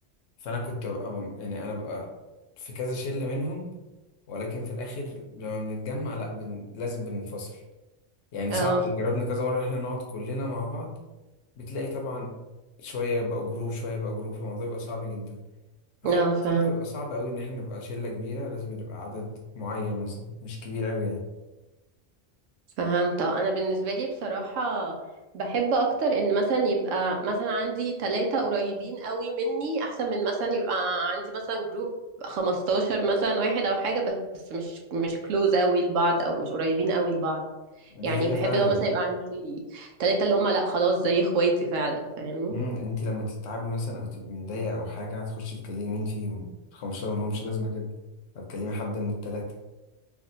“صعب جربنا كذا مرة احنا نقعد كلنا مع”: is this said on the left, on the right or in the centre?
Left